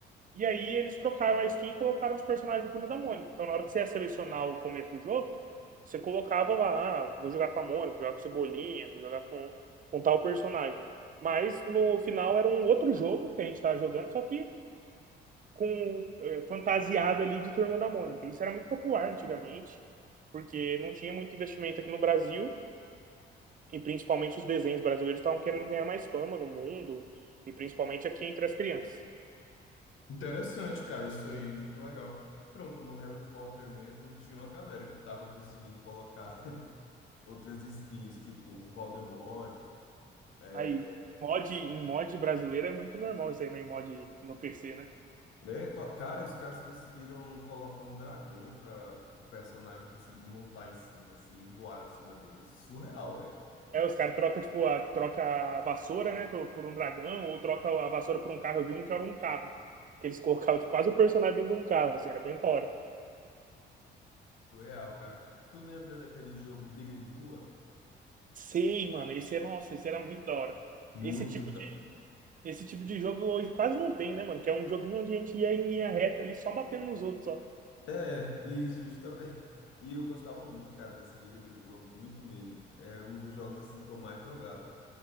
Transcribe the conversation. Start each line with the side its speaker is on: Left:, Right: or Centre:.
Right: E aí eles trocaram a skin e colocaram os personagens da Turma da Mônica. Então na hora que você ia selecionar o começo do jogo, você colocava lá, ah, vou jogar com a Mônica, vou jogar com o Cebolinha, vou jogar com, com tal personagem. Mas no final era um outro jogo que a gente estava jogando, só que com eh, fantasiado ali de Turma da Mônica. Isso era muito popular antigamente, porque não tinha muito investimento aqui no Brasil, e principalmente os desenhos brasileiros estavam querendo ganhar mais fama no mundo, e principalmente aqui entre as crianças.
Left: Interessante, cara, isso aí, muito legal. Pronto, no Harry Potter mesmo tinha uma galera que estava conseguindo colocar <laughs> outras skins, tipo o Voldemort. é,
Right: Aí, mod, em mod brasileiro é muito normal isso aí, né? Em mod no PC, né?
Left: É, cla- cara, os caras conseguiram colocar um dragão para o personagem conseguir montar em cima, assim, e voar em cima dele. Surreal, velho.
Right: É, os caras trocam, tipo, a, troca a vassoura, né, por, por um dragão, ou troca a vassoura por um carro. Eu vi um que era um carro. Que eles colocavam tipo, quase o personagem dentro de um carro, assim, era bem da hora.
Left: Surreal, cara. Tu lembra daquele jogo Briga de Rua?
Right: Sei, mano, esse é, nossa, esse era muito da hora.
Left: Muito
Right: Esse tipo
Left: da.
Right: de, esse tipo de jogo hoje quase não tem, né, mano? Que é um joguinho onde a gente ia em linha reta ali, só batendo nos outros, ó.
Left: É, isso, justamente. E eu gostava muito, cara, desse Briga de Rua, muito mesmo. Era um dos jogos, assim, que eu mais jogava.